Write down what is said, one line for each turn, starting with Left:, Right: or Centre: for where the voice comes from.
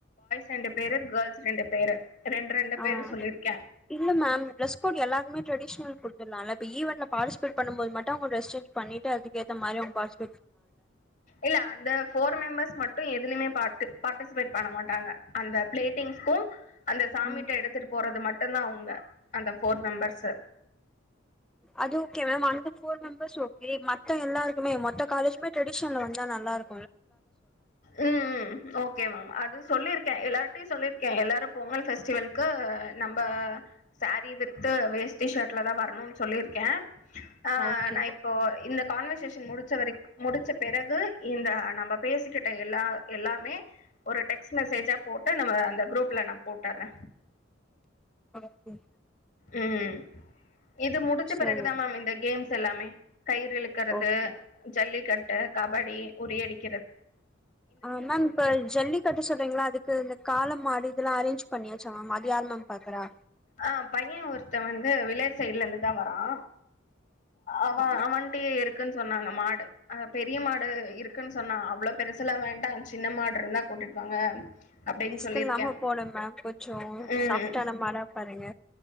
Left: ரெண்டு பேரு கேள்ஸ் ரெண்டு பேரு ரெண்டு ரெண்டு
Centre: ஆஹ்
Left: பேரு சொல்லியிருக்கே
Centre: இல்ல மேம் ட்ரெஸ் கோட் எல்லாருக்குமே ட்ரெடிஷ்னல் குடுத்துடுலால இப்ப ஈவன்ட்ல பார்டிசிபேட் பண்ணும் போது மட்டும் அவங்க டிரஸ் சேஞ்ச் பண்ணிட்டு அதுக்கு ஏத்தமாரி அவங்க பாஷ்
Left: இல்ல அந்த ஃபோர் மெம்பர்ஸ் மட் டு எதுலுமே பார்ட் பார்டிசிபேட் பண்ண மாட்டாங்க அந்த பிளேட்டிங்ஸ்கும் அந்த சாமிட்ட
Centre: ம்
Left: எடுத்துட்டு போறது மட்டு தா அவங்க அந்த ஃபோர் மெம்பர்ஸு
Centre: அது ஓகே மேம் அந்த ஃபோர் மெம்பர்ஸ் ஓகே மத்த எல்லார் ம் மொத்த காலேஜுமே ட்ரெடிஷன்ல வந்த நல்ல இருக்
Left: உம் ம் ஓகே மேம் அது சொல்லிருக்கேன் எல்லார்ட்டயும் சொல்லிருக்கேன் எல்லாரும் பொங்கல் ஃபெஸ்டிவல்கு நம்ப சாரீ வி்த்து வேஸ்ட்டி ஷர்ட்லதா வரணு சொல்லியிருக்கே ஆ
Centre: ஓகே
Left: நா இப்போ இந்த கான்வர்சேஷன் முடிச்ச வரக்கு முடிச்ச பிறகு இந்த நம்ம கிட்டே எல்லா எல்லாமே ஒரு டெக்ஸ்ட் மெசேஜா போட்டு நம்ப அந்த குரூப்ல நா போட்டுறே
Centre: ஓகே
Left: உம் இது முடிச்ச
Centre: சரி
Left: பிறகுதாமேம் இந்த கேம்ஸ் எல்லாமே. கயிறு இழுக்குறது
Centre: ஓகே
Left: ஜல்லிக்கட் த கபடி உறியடிக்
Centre: அ மேம் இப்ப ஜல்லிக்கட்டு சொல்றீங்கள அதுக்கு இந்த கால மாடு இதெல்லா அரேன்ஞ் பண்ணியாச்சு அ மதியானம் பாக்குறா
Left: ஆ பைய ஒருத்த வந்து வில்லேஜ் சைடுல இருந்துதா வர் ஆ
Centre: ஓகே
Left: அவ
Centre: மேம்
Left: அவன்ட்டயே இரு க்குன் சொன்னாங்க மாடு பெரிய மாடு இருக்குன்னு சொன்னா அவ்ள பெருசெலா வேண்டா சின்ன மாடு இருந்தா கூட்டிட் வாங்க அப்டின்னு
Centre: ரிஸ்க்
Left: சொல்லிருக்கே
Centre: இல்லாம போகனு மேம் கொஞ்ச
Left: ம்
Centre: சாஃப்டான மாடா பாருங்க